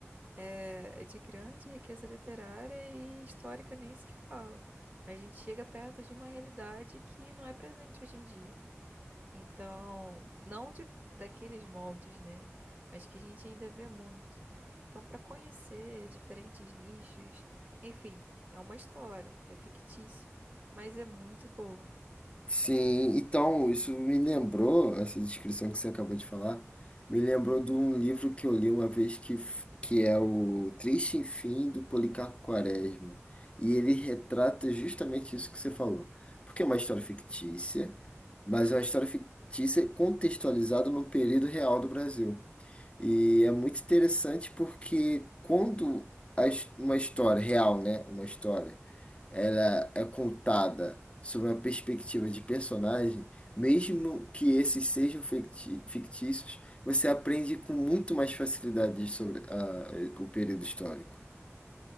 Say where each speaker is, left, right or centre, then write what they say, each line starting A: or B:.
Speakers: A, on the right; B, on the left.
A: É é de grande riqueza literária e histórica nem se fala. A gente chega perto de uma realidade que não é presente hoje em dia. Então, não de- daqueles moldes, né? Mas que a gente ainda vê muito. Então, para conhecer diferentes nichos, enfim, é uma história, é fictício, mas é muito boa.
B: Sim, então, isso me lembrou, essa descrição que você acabou de falar, me lembrou de um livro que eu li uma vez que, f- que é o Triste Fim do Policarpo Quaresma. E ele retrata justamente isso que você falou. Porque é uma história fictícia, mas é uma história fictícia contextualizada no período real do Brasil. E é muito interessante porque quando a his- uma história real, né, uma história, ela é contada sob uma perspectiva de personagem, mesmo que esses sejam ficti- fictícios, você aprende com muito mais facilidade sobre ah, o período histórico.